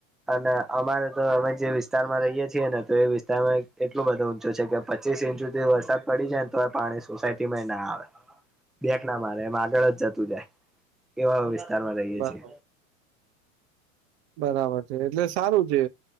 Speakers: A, in the centre; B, on the right.
A: અને અમારે તો અમે જે વિસ્તાર માં રહીએ છીએ ને તો એ વિસ્તારમાં એટલું બધું. છે કે પચીસ ઇંચ સુધી વરસાદ પડી જાય ને તો પાણી સોસાયટીમાં ના આવે. બેક ના મારે એમ આગળ જ જતું જાય એવા વિસ્તારમાં રહીએ
B: બરાબર
A: છીએ.
B: બરાબર છે એટલે સારું છે